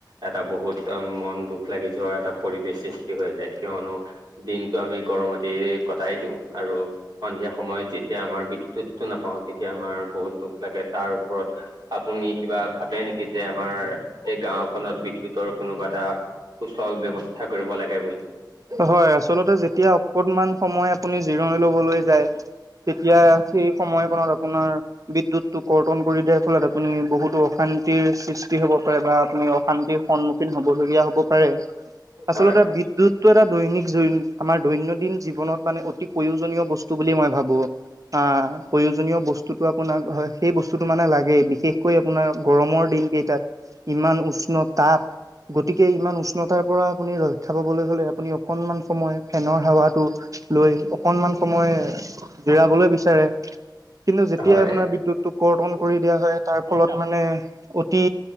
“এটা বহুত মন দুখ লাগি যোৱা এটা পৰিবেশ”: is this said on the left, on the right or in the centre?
Right